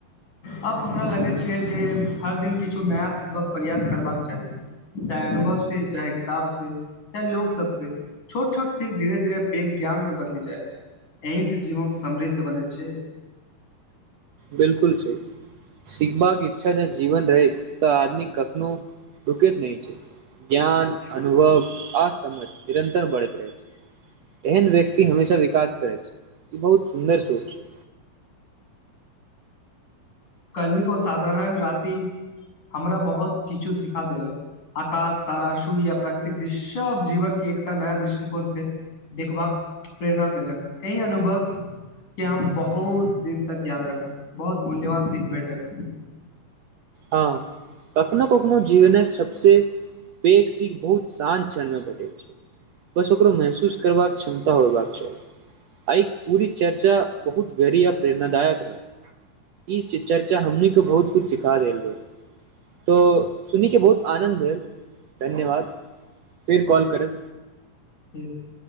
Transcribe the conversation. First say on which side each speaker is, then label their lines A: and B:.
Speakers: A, on the left (about 60°); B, on the right (about 65°).
A: आब हमरा लगैय छैय जे हर दिन किछु नया सिखबाक प्रयास करबाक चाही चाहे अनुभव से चाहे किताब से चाहे लोक सब से छोट -छोट सीख धीरे- धीरे पेघ ज्ञान मे बदली जाइ छै एहिही से जीवन समृद्ध बनै छैय
B: बिल्कुल छैय सीखबाक इच्छा जाउ जीवन रहैतऽ त आदमी कखनो रूकेैत न छैय ज्ञान अनुभव आ समझ निरन्तर बढ़ैत रहै छैय एहन व्यक्ति हमेशा विकास करै छै ई बहुत सुन्दर सोच छैय
A: काल्हि के साधारण राति हमरा बहुत किछु सिखा देलक आकाश, तारा, सूर्य, प्राकृतिक दृश्य सब जीवन के एकटा नया दृष्टिकोण से देखबाक प्रेरणा देलक एहि अनुभव के हम बहुत दिन तक याद रखब बहुत मूल्यवान सिख भेटल।
B: हँ कखनो -कखनो जीवनक सब से पेघ सीख बहुत शान्त क्षणमें बढै छैय। बस ओकरो महसूस करबाक क्षमता होबाक चाही। आय पूरी चर्चा बहुत गहरी या प्रेरणादायक रहै। इ शिव चर्चा हमनीके बहुत कुछ सिखा <unintelligible> तो सुनी के बहुत आनन्द भेल धन्यवाद। फेर
A: <unintelligible>
B: कॉल करब